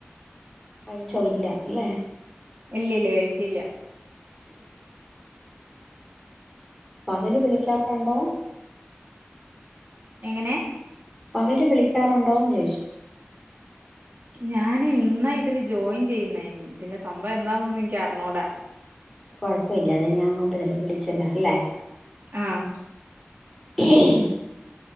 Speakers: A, in the centre; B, on the right (about 50°).
A: കഴിച്ചോ ഇല്ല ല്ലെ.
B: ഇല്ല ല്ലേ കഴിച്ചില്ല.
A: <unintelligible> പകല് വിളിക്കാറുണ്ടോ?
B: എങ്ങെനെ?
A: പകല് വിളിക്കാറുണ്ടോ ന്ന് ചോദിച്ച്.
B: ഞാൻ ഇന്ന ഇതില് ജോയിൻ ചെയ്യുന്ന. തിന്റെ സംഭ എന്താന്നൊന്നും എനി കറിഞ്ഞൂട
A: കൊഴപ്പല്ല അതെ ഞാൻ അങ്ങോട്ട് വിളിച്ചല്ലോ ല്ലെ?
B: അഹ്
A: <unintelligible>